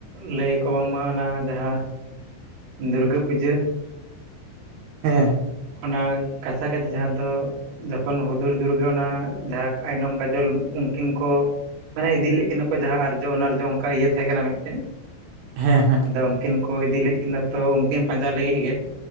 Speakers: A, on the right (about 60°); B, on the right (about 80°).
A: ᱞᱟᱹᱭᱟᱠᱠᱚ ᱵᱟᱝᱢᱟ ᱚᱱᱟ ᱡᱟᱦᱟᱸ ᱫᱩᱨᱜᱟᱹ ᱯᱩᱡᱟᱹᱼᱼ
B: ᱦᱮᱸ᱾
A: ᱚᱱᱟ ᱠᱟᱥᱟ ᱠᱟᱪᱷᱤ ᱡᱟᱦᱟᱸ ᱫᱚᱼᱼ ᱡᱚᱠᱷᱚᱱ ᱦᱩᱫᱩᱲ ᱫᱩᱨᱜᱟᱹ ᱚᱱᱟ ᱡᱟᱦᱟᱸ ᱟᱭᱱᱚᱢ ᱠᱟᱡᱚᱞ ᱩᱱᱠᱤᱱ ᱠᱚᱼᱼ ᱢᱟᱱᱮ ᱤᱫᱤ ᱞᱮᱫ ᱠᱤᱹᱱᱟ ᱠᱚ ᱡᱟᱦᱟᱸ ᱟᱨᱡᱚ ᱚᱱᱟ ᱟᱨᱡᱚ ᱚᱱᱠᱟ ᱤᱭᱟᱹ ᱛᱟᱦᱮᱸ ᱠᱟᱱᱟ ᱢᱤᱫᱴᱮᱱ᱾
B: ᱦᱮᱸ ᱦᱮᱸ
A: ᱟᱫᱚ ᱩᱱᱠᱤᱱ ᱠᱚ ᱤᱫᱤ ᱞᱮᱫ ᱠᱤᱱᱟ ᱛᱚ ᱩᱱᱠᱤᱱ ᱯᱟᱸᱡᱟ ᱞᱟᱹᱜᱤᱫ ᱜᱮ